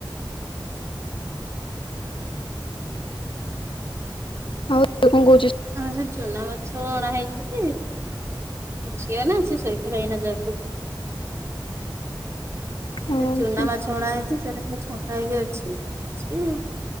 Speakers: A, on the left; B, on the right.
A: ତ କଁ କୋହୁଚି
B: ହଁ ସେ ଚୁନା ମାଛ ଅଣା ହେଇଛି ଯେ ଝିଅ ନା ସେ ସୋଇପଇଲା ଏଇନା ଜସ୍ଟ୍।
A: ଓହୋ
B: ଯେ ଚୁନା ମାଛ ଅଣା ହେଇଛି ସେଇଟା ସବୁ ଛଙ୍କା ହେଇକି ଅଛି।